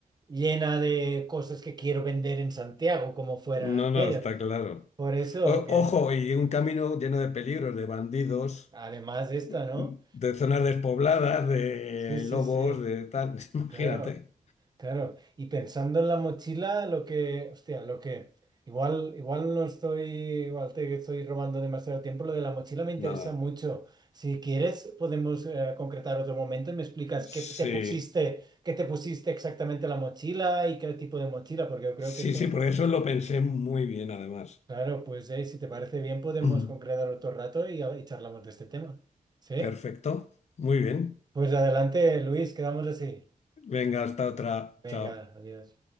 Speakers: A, on the right; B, on the left.
A: llena de cosas que quiero vender en Santiago como fuera
B: No, no,
A: en ellos.
B: está claro.
A: Por eso
B: O-
A: que
B: ojo, y un camino lleno de peligros, de bandidos,
A: además de esta, ¿no?
B: de zonas despobladas, de
A: Sí, sí,
B: lobos,
A: sí,
B: de tal. <laughs> Imagínate.
A: claro. Claro, y pensando en la mochila, lo que, hostia, lo que, igual, igual no estoy, igual te estoy robando demasiado tiempo, lo de la mochila me interesa
B: Nada.
A: mucho. Si quieres, podemos eh, concretar otro momento y me explicas qué
B: Sí,
A: te pusiste, qué te pusiste exactamente la mochila y qué tipo de mochila, porque yo creo
B: Sí,
A: que esto,
B: sí, porque eso lo pensé muy bien además.
A: claro, pues eh, si te parece bien, podemos
B: <clears throat>
A: concretar otro rato y, ah, y charlamos de este tema. ¿Sí?
B: Perfecto, muy bien.
A: Pues adelante, Luis, quedamos así.
B: Venga, hasta otra.
A: Venga,
B: Chao.
A: adiós.